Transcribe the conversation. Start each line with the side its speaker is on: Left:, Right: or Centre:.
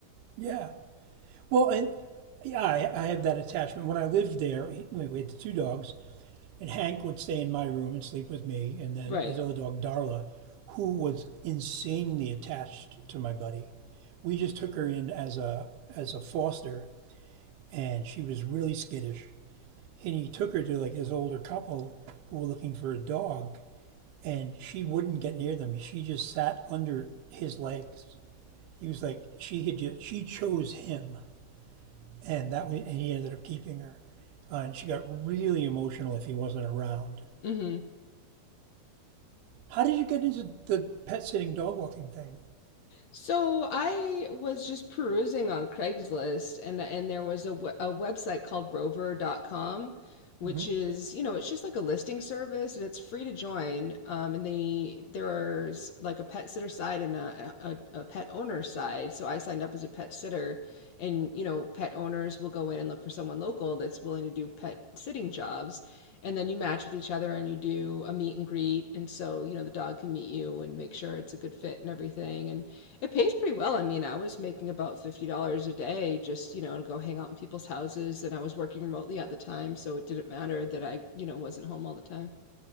Right: Yeah. Well, and yeah, I, I have that attachment. When I lived there, he- we had the two dogs, and Hank would stay in my room and sleep with me, and then
Left: right
Right: his other dog, Darla, who was insanely attached to my buddy. We just took her in as a as a foster, and she was really skittish. And he took her to like this older couple who were looking for a dog, and she wouldn't get near them. She just sat under his legs. He was like she had just she chose him and that was, and he ended up keeping her. Uh, and she got really emotional if he wasn't around.
Left: Hmm.
Right: How did you get into the pet sitting dog walking thing?
Left: So I was just perusing on Craigslist and and there was a, we- a website called rover dot com, which
Right: hmm
Left: is, you know, it's just like a listing service and it's free to join. Um, and they there's like a pet sitter side and a, a, a pet owner side. So I signed up as a pet sitter and, you know, pet owners will go in and look for someone local that's willing to do pet sitting jobs. And then you match with each other and you do a meet and greet. And so, you know, the dog can meet you and make sure it's a good fit and everything. And it pays pretty well. I mean, I was making about $50 a day just, you know, to go hang out in people's houses, and I was working remotely at the time, so it didn't matter that I, you know, wasn't home all the time.